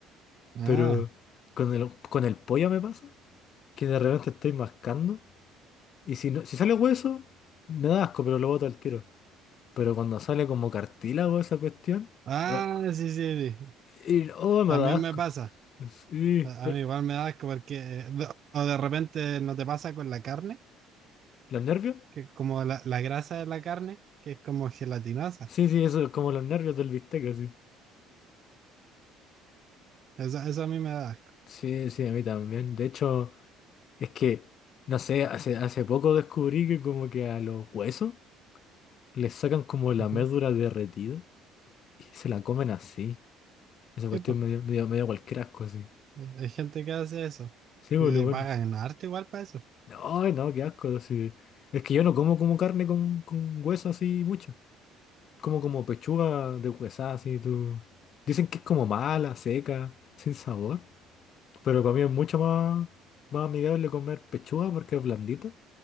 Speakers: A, on the right; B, on the left.
A: Ah,
B: Pero con el, con el pollo me pasa, que de repente estoy mascando. Y si, no, si sale hueso, me da asco, pero lo boto al tiro. Pero cuando sale como cartílago esa cuestión,
A: ah,
B: we-
A: sí, sí, sí.
B: y- oh, me
A: También
B: da asco.
A: me pasa.
B: Sí,
A: A
B: pero-
A: a mí igual me da asco porque, eh, de- o de repente no te pasa con la carne,
B: ¿los nervios?
A: que como la, la grasa de la carne, que es como gelatinosa.
B: Sí, sí, eso es como los nervios del bistec, así.
A: Eso, eso a mí me da asco.
B: Sí, sí, a mí también. De hecho, es que, no sé, hace, hace poco descubrí que como que a los huesos les sacan como la
A: Ujú.
B: médula derretida y se la comen así. Esa cuestión
A: Sí, po.
B: me dio, me dio- me dio cualquier asco así.
A: Eh, Hay gente que hace eso.
B: Sí, boludo,
A: Y le
B: bueno.
A: pagan arte igual para eso.
B: No, no, qué asco. así. Es que yo no como como carne con, con hueso así mucho. Como, como pechuga de huesada, así tú. Dicen que es como mala, seca, sin sabor. Pero para mí es mucho más, más amigable comer pechuga porque es blandita.